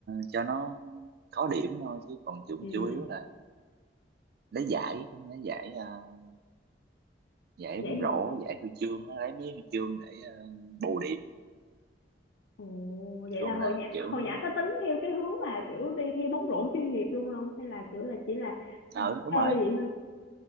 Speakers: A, on the right; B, on the left.
A: cho nó có điểm thôi chứ còn chủ
B: ừ,
A: chủ yếu là lấy giải lấy giải ờ, giải
B: vậy
A: bóng
B: gì
A: rổ giải huy chương á, lấy mấy huy chương để ờ, bù điểm
B: Ồ, vậy
A: thường
B: là hồi
A: là
B: nhỏ
A: kiểu
B: hồi nhỏ có tính theo cái hướng là kiểu đi theo bóng rổ chuyên nghiệp luôn không hay là kiểu là chỉ là
A: ừ đúng
B: chơi
A: rồi
B: vậy thôi